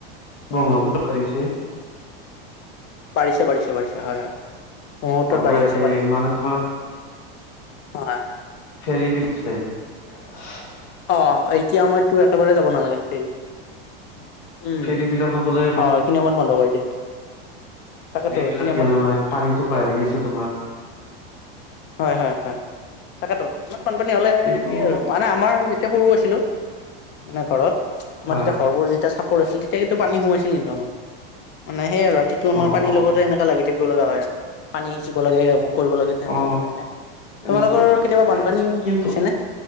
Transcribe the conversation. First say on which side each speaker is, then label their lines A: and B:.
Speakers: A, on the left (about 65°); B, on the left (about 40°).
A: ব্ৰহ্মপুত্ৰ বাঢ়িছে। <inaudible>
B: বাঢিছে বাঢ়িছে বাঢ়িছে হয় হয় মুহূৰ্তত
A: অ
B: বাঢ়ি
A: বাঢ়িছে
B: আছে পানী কিন্তু।
A: মানে তোমাৰ
B: হয়।
A: ফেৰি। <unintelligible>
B: অ এতিয়া সময়তটো একেবাৰে যাব নালাগে ফেৰিত। উম
A: ফেৰী বিলাকত বোলে
B: অ এইখিনি সময়ত বন্ধ কৰি দিয়ে। তাকেতো
A: এইবিলাক
B: এইখিনি সময়ত
A: নেনে মানে পানীটো বাঢ়ি
B: অ
A: গৈছে তোমাৰ।
B: হয় হয় হয় তাকেতো ইমান বানপানী হ'লে
A: কিন্তু
B: সেই আৰু মানে আমাৰ। সৰু আছিলো মানে ঘৰত। আমাৰ
A: হয়
B: তেতিয়া ঘৰবোৰ যেতিয়া চাপৰ আছিল তেতিয়া কিন্তু পানী সোমাইছিল কিন্তু আমাৰ। মানে সেইয়ে আৰু ৰাতিটো আমাৰ
A: অ
B: পানীৰ
A: অ
B: লগতে এনেকে লাগি থাকিব লগা হয়। পানী সিঁচিব লাগে অমুক কৰিব লাগে তে-তেনেকে।
A: অ
B: তোমালোকৰ
A: এনেকুৱা
B: কেতিয়াবা বানপানী
A: কিন্তু
B: হৈছে নে